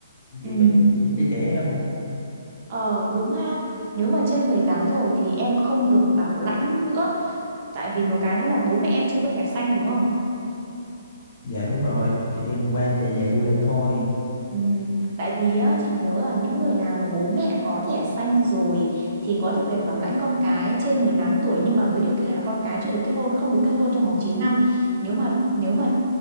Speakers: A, on the right; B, on the left.
A: Ừ.
B: chị có chị, chị chia sẻ em không
A: Ờ đúng ha, nếu mà trên 18 rồi thì em không được bảo lãnh nữa Tại vì một cái nữa là bố mẹ em chưa có thẻ xanh đúng không?
B: dạ đúng rồi chị em qua chạy dạng du lịch thôi
A: Ừm, tại vì á, chị nhớ là những người nào mà bố mẹ có thẻ xanh rồi thì có thể quyền bảo lãnh con cái trên mười tám tuổi nhưng mà với điều kiện là con cái chưa được kết hôn, không được kết hôn trong vòng 9 năm. Nếu mà nếu mà